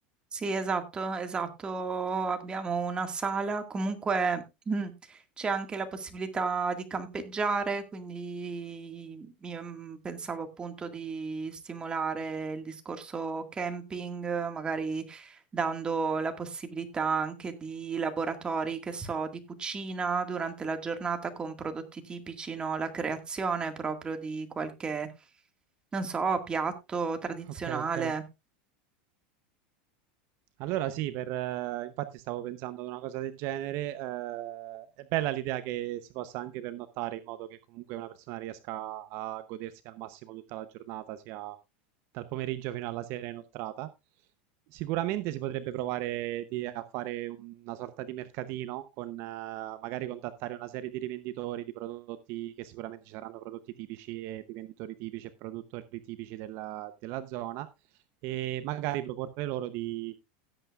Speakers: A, on the right; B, on the right.
A: Sì, esatto, esatto. Abbiamo una sala, comunque mm, c'è anche la possibilità di campeggiare, quindi io mm, pensavo appunto di stimolare il discorso camping, magari dando la possibilità anche di laboratori, che so, di cucina durante la giornata con prodotti tipici, no? La creazione proprio di qualche, non so, piatto tradizionale.
B: Ok, ok. Allora sì, per, eh, infatti stavo pensando ad una cosa del genere. eh, è bella l'idea che si possa anche pernottare in modo che comunque una persona riesca a godersi al massimo tutta la giornata, sia dal pomeriggio fino alla sera inoltrata. Sicuramente si potrebbe provare di- a fare una sorta di mercatino con eh, magari contattare una serie di rivenditori di prodotti che sicuramente ci saranno prodotti tipici e rivenditori tipici e produttori tipici della della zona e magari proporre loro di